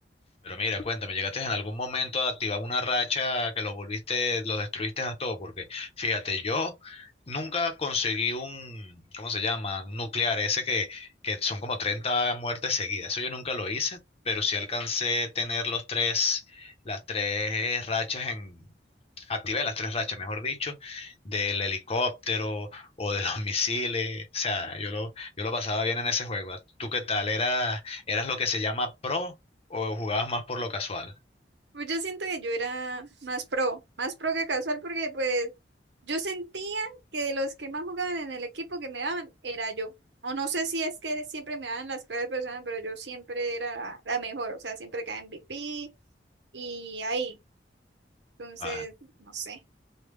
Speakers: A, on the left; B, on the right.
A: Pero mira, cuéntame, ¿llegaste en algún momento a activar una racha que los volviste, los destruiste a todos? Porque fíjate, yo nunca conseguí un, ¿cómo se llama? Un nuclear, ese que, que son como 30 muertes seguidas. Eso yo nunca lo hice, pero sí alcancé a tener los tres, las tres rachas en, activé las tres rachas, mejor dicho, del helicóptero o de los <laughs> misiles. O sea, yo lo, yo lo pasaba bien en ese juego. ¿Tú qué tal? ¿Eras, eras lo que se llama pro o jugabas más por lo casual?
B: Pues yo siento que yo era más pro, más pro que casual, porque pues yo sentía que de los que más jugaban en el equipo que me daban era yo. O no sé si es que siempre me daban las peores personas, pero yo siempre era la, la mejor, o sea, siempre caía M V P y ahí. Entonces,
A: Vale.
B: no sé.